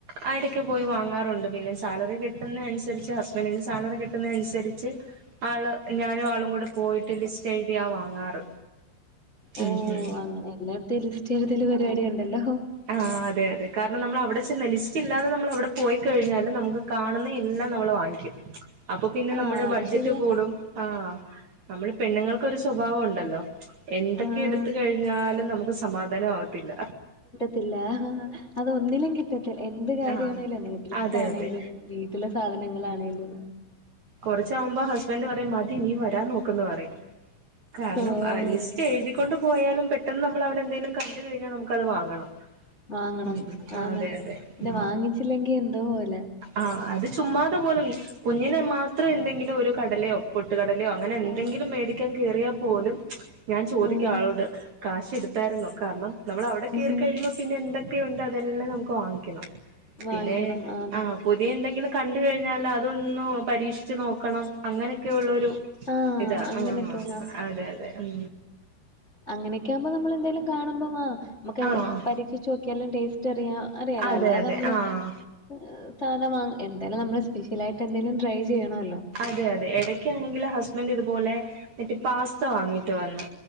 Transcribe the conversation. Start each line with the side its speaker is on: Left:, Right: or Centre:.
Right: ആ ഇടക്ക് പോയി വാങ്ങാറുണ്ട് പിന്നെ സാലറി കിട്ടുന്ന അനുസരിച്ച് ഹസ്ബൻ്റിന് സാലറി കിട്ടുന്ന അനുസരിച്ച് ആള് ഞാനും ആളും കൂടെ പോയിട്ട് ലിസ്റ്റ് ചെയ്തിയാ വാങ്ങാറ്
Left: ഓ
Right: ഉം ഉം
Left: അങ്ങനെ എല്ലോട്ത്തും ഈ ലിസ്റ്റെഴുതല് പരിപാടി ഉണ്ടല്ലോ
Right: ആ അതെ അതെ കാരണം നമ്മൾ അവിടെ ചെന്ന് ലിസ്റ്റില്ലാതെ നമ്മളവിടെ പോയി കഴിഞ്ഞാല് നമുക്ക് കാണുന്ന എല്ലാം നമ്മള് വാങ്ങിക്കും അപ്പൊ പിന്നെ
Left: ആഹ്
Right: നമ്മുടെ
Left: അത്
Right: ബഡ്ജറ്റ്
Left: ശരിയാണ്
Right: കൂടും ആ നമ്മള് പെണ്ണുങ്ങൾക്കൊരു സ്വഭാവം ഉണ്ടല്ലോ എന്തൊക്കെ
Left: ആഹ്
Right: എടുത്ത് കഴിഞ്ഞാലും നമുക്ക് സ് സമാധാനം ആവ ത്തില്ല
Left: ത്തില്ല അതൊന്നിലും കിട്ടത്തില്ല എന്ത് കാര്യാണേലും
Right: ആഹ്
Left: അങ്ങനെ ഡ്രസ്സ്
Right: അതെ
Left: ആണേലും
Right: അതെ
Left: വീട്ടിലെ സാധനങ്ങളാണേലും
Right: കൊറച്ചാകുമ്പോ ഹസ്ബൻ് പറയും മതി നീ വരാൻ നോക്കന്ന് പറയും കാരണം
Left: ഓഹ്
Right: ആ ലിസ്റ്റ് എഴുതിക്കൊണ്ട് പോയാലും പെട്ട് പെട്ടന്ന് നമ്മളവിടെ എന്തേലും കണ്ടു കഴിഞ്ഞാ നമുക്കത് വാങ്ങണം
Left: വാങ്ങണം
Right: ഉം
Left: ആന്ന്
Right: അതെ അതെ
Left: പിന്നെ
Right: ഉം
Left: വാങ്ങിച്ചില്ലെങ്കി എന്തോ പോലെ
Right: ആഹ് അത് ചുമ്മാത് പോലും കുഞ്ഞിനെ മാത്രം എന്തെങ്കിലും ഒരു കടലയോ പൊ ട്ട് കടലയോ അങ്ങനെ എന്തെങ്കിലും
Left: ആഹ്
Right: മേടിക്കാൻ കിട്ടും കേറിയാൽ പോലും ഞാൻ ചോദിക്കാ
Left: ആഹ്
Right: ആളോട് കാശ് ഇടുത്തായിരുന്നു കാരണം നമ്മൾ അവിടെ കയറി
Left: ആഹ്
Right: കഴിയുബൊ പിന്നെ എന്താ കെയുണ്ട് അതെല്ലാം നമുക്ക് വാങ്ങിക്കണം
Left: വാങ്ങിക്കണം
Right: പിന്നെ
Left: ആന്ന്
Right: ആഹ് പുതിയ എന്തെങ്കിലും കണ്ട് കഴിഞ്ഞാല് അതൊന്ന് പരീക്ഷിച്ച് നോക്കണം അങ്ങനെയൊക്കെ ഉള്ളരു
Left: ആഹ്
Right: ഇതാ
Left: അങ്ങനെയൊക്കെ
Right: ആഹ് അതെ അതെ ഉം
Left: അങ്ങനെയൊക്കെ ആകുമ്പോ നമ്മൾ എന്തേലും കാണുമ്പോ വാ നമുക്ക്
Right: ആഹ്
Left: പരീക്ഷിച്ച് നോക്കിയാലും ടേസ്റ്റ് റിയ അറിയാലോ
Right: അതെ
Left: അല്ലാതെ
Right: അതെ
Left: നമ്മള്
Right: ആഹ്
Left: ഏ സാധനം വങ്ങ എന്തായാലും നമ്മള് സ്പെഷ്യലായിട്ട് എന്തേലും ട്രൈ ചെയ്യണോ
Right: അതെ അതെ ഇടയ്ക്കാണെങ്കിൽ ഹസ്ബൻഡ് ഇതുപോലെ മറ്റേ പാസ്ത വാങ്ങിട്ട് വന്ന്